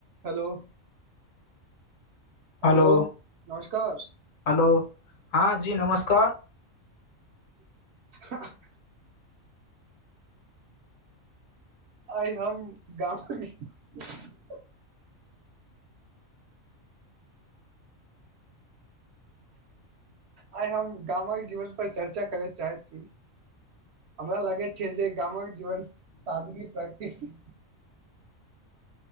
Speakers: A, on the right (about 65°); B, on the left (about 75°).
A: hello
B: hello
A: hello नमस्कार
B: hello हाँ जी नमस्कार
A: आहाँ आइ हम गाम गेलियै <inaudible> आइ हम गाम कऽ जीवन पर चर्चा करय चाहैत छी हमरा लागे छै जे गामक जीवन सादगी प्रैक्टिस <inaudible>